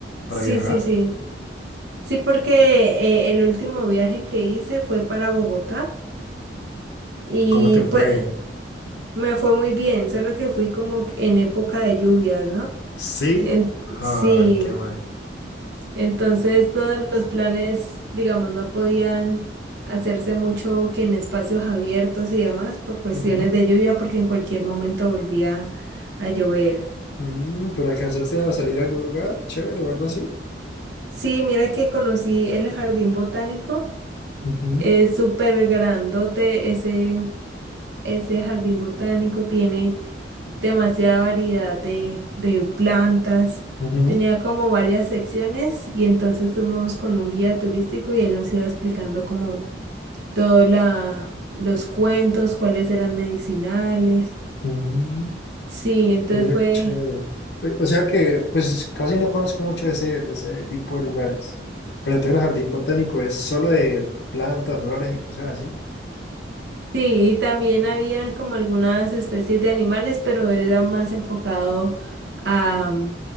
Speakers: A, on the left; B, on the right.
A: para
B: sí,
A: viajar.
B: sí, sí. Sí, porque eh, el último viaje que hice fue para Bogotá. Y
A: ¿Cómo te fue?
B: pues Me fue muy bien, solo que fui como que en época de lluvias, ¿no?
A: Sí.
B: En-
A: Ay,
B: sí,
A: qué mal.
B: entonces todos los planes, digamos, no podían hacerse mucho que en espacios abiertos y demás por cuestiones
A: Ujú.
B: de lluvia, porque en cualquier momento volvía a llover.
A: Mm, ¿pero alcanzaste a salir a algún lugar chévere o algo así?
B: Sí, mira que conocí el jardín botánico,
A: Ujú,
B: es súper grandote ese, ese jardín botánico, tiene... demasiada variedad de, de plantas.
A: ujú,
B: Tenía como varias secciones y entonces fuimos con un guía turístico y él nos iba explicando como todos la, los cuentos, cuáles eran medicinales.
A: mm,
B: Sí, entonces
A: Mira
B: fue...
A: qué chévere. Eh, O sea que, pues casi no conozco mucho de ese, de ese tipo de lugares. Pero entonces el jardín botánico es solo de plantas, flores y cosas así.
B: Sí, y también habían como algunas especies de animales, pero era más enfocado a,